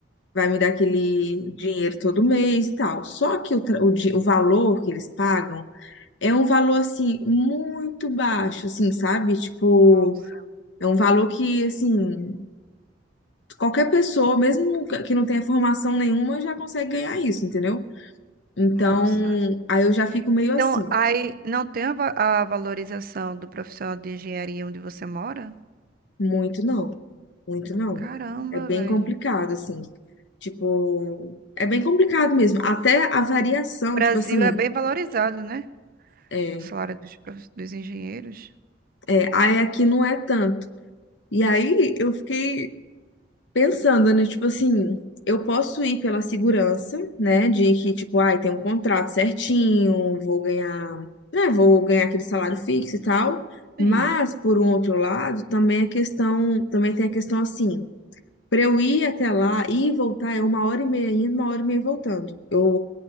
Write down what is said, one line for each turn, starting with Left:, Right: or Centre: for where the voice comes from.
Left: vai me dar aquele dinheiro todo mês e tal. Só que o, tra- o, di- o valor que eles pagam é um valor assim muito baixo, assim, sabe? Tipo,
Right: Nossa,
Left: é um valor que assim, qualquer pessoa, mesmo que não tenha formação nenhuma, já consegue ganhar isso, entendeu? Então,
Right: nossa.
Left: aí eu já fico meio
Right: Então,
Left: assim.
Right: aí não tem a, va- a valorização do profissional de engenharia onde você mora?
Left: Muito não, muito não.
Right: Caramba,
Left: É bem
Right: velho.
Left: complicado, assim. Tipo, é bem complicado mesmo. Até a variação,
Right: No Brasil
Left: tipo assim,
Right: é bem valorizado, né?
Left: é,
Right: O salário dos, prof- dos engenheiros.
Left: é, aí aqui não é tanto. E aí eu fiquei pensando, né? Tipo assim, eu posso ir pela segurança, né? De que, tipo, ai, tem um contrato certinho, vou ganhar, né? Vou ganhar aquele salário fixo e tal. Mas,
Right: Sim.
Left: por um outro lado, também a questão, também tem a questão assim. Pra eu ir até lá ir e voltar é uma hora e meia indo, uma hora e meia voltando. Eu,